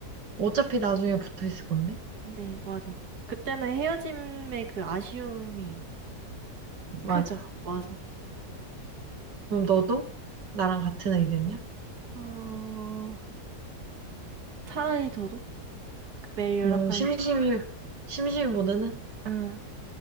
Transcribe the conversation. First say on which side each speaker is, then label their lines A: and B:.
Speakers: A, on the right (about 85°); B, on the right (about 60°).
A: 어차피 나중에 붙어 있을 건데?
B: 네, 맞아. 그때는 헤어짐의 그 아쉬움이
A: 맞아.
B: 크죠. 맞아.
A: 그럼 너도 나랑 같은 의견이야?
B: 어, 차라리 저도 그 매일 연락하는,
A: 음, 심심이, 심심이보다는?
B: 응.